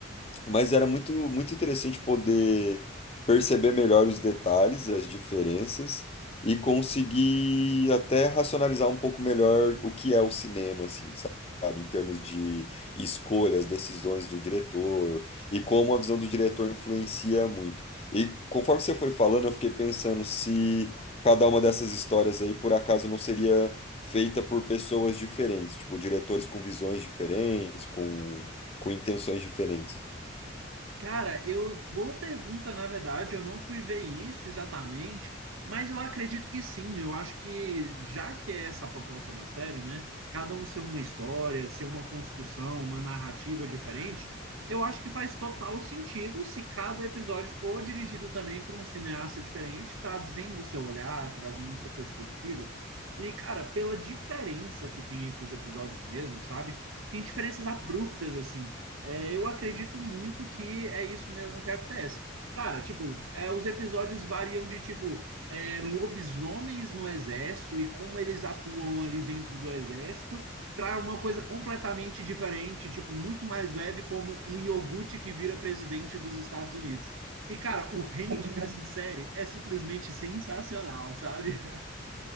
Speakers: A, on the left (about 30°); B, on the right (about 85°).
A: Mas era muito, muito interessante poder perceber melhor os detalhes, as diferenças e conseguir até racionalizar um pouco melhor o que é o cinema, assim, sabe? Em termos de escolhas, decisões do diretor e como a visão do diretor influencia muito. E conforme você foi falando, eu fiquei pensando se cada uma dessas histórias aí por acaso não seria feita por pessoas diferentes, tipo diretores com visões diferentes, com, com intenções diferentes.
B: Cara, eu boa pergunta, na verdade, eu não fui ver isso exatamente, mas eu acredito que sim. Eu acho que já que é essa a proposta da série, né? Cada um ser uma história, ser uma construção, uma narrativa diferente, eu acho que faz total sentido se cada episódio for dirigido também por um cineasta diferente, trazendo o seu olhar, trazendo sua perspectiva. E, cara, pela diferença que tem entre os episódios mesmo, sabe? Tem diferenças abruptas assim. É, eu acredito muito que é isso mesmo que acontece. Cara, tipo, é, os episódios variam de, tipo, é, lobisomens no exército e como eles atuam ali dentro do exército, para uma coisa completamente diferente, tipo, muito mais leve, como um iogurte que vira presidente dos Estados Unidos. E, cara, o range dessa série é simplesmente sensacional, sabe?